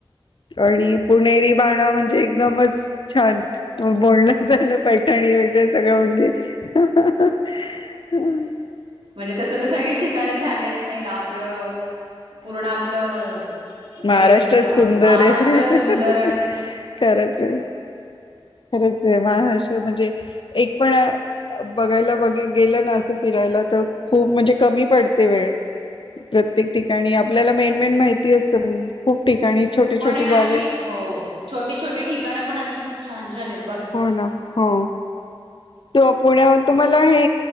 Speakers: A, on the left (about 55°); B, on the right (about 80°).
A: आणि पुणेरी बाणा म्हणजे एकदमच छान बरंच झाल. पैठणी वगैरे सगळं म्हणजे हां हां हां हां
B: म्हणजे तसं त सगळीच ठिकाणं छान आहेत. नाय का आपलं, पूर्ण आपलं
A: महाराष्ट्रात
B: देव नाही का
A: सुंदर
B: महाराष्ट्र
A: आहे. हा हा
B: सुंदर
A: हा
B: आणि
A: हा खरंच आहे. खरंच आहे हा अश म्हणजे एक पण बघायला बघ गेलं. ना असं फिरायला तर खूप म्हणजे कमी पडते वेळ, प्रत्येक ठिकाणी आपल्याला मेन मेन माहिती असतं पण खूप ठिकाणी छोटे
B: पण
A: छोटे
B: ऐ ना
A: जागे
B: अशी हो, छोटे छोटे ठिकाण पण अशी खूप छान झालेल.
A: हो ना हो. तो पुण्या तुम्हाला हे